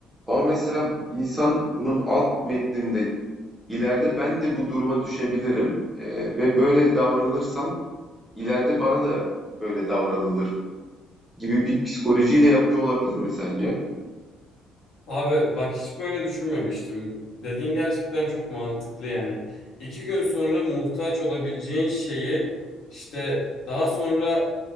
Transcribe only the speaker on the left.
Abi bak hiç böyle düşünmemiştim. Dediğin gerçekten çok mantıklı yani. İki gün sonra muhtaç olabileceğin şeyi işte daha sonra